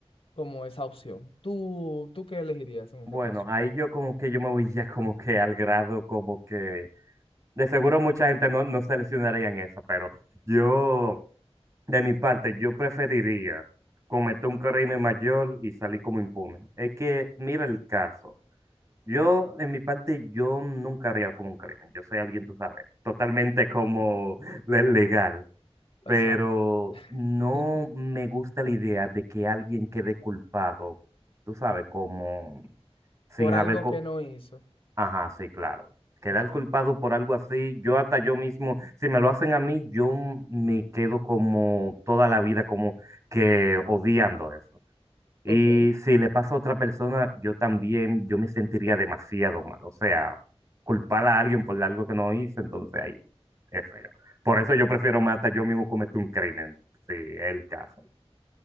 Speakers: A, on the left; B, on the right.
A: como esa opción. ¿Tú, tú qué elegirías en
B: Bueno,
A: ese caso?
B: ahí yo como que yo me voy ya como que al grado como que de seguro mucha gente no, no seleccionaría en esa, pero yo de mi parte yo preferiría cometer un crimen mayor y salir como impune. Es que mira el caso. Yo, en mi parte, yo nunca haría como un crimen. Yo soy alguien, tú sabes, totalmente como le- legal.
A: Exacto.
B: Pero no
A: <laughs>
B: me gusta la idea de que alguien quede culpado, tú sabes, como sin
A: Por algo
B: haber... co-
A: que no hizo.
B: Ajá, sí, claro. Quedar
A: Ok,
B: culpado por algo así, yo hasta yo mismo, si me lo hacen a mí, yo me quedo como toda la vida como que odiando eso. Y
A: ok.
B: si le pasa a otra persona, yo también, yo me sentiría demasiado mal. O sea, culpar a alguien por algo que no hice, entonces ahí es feo. Por eso yo prefiero más hasta yo mismo cometer un crimen, si es el caso.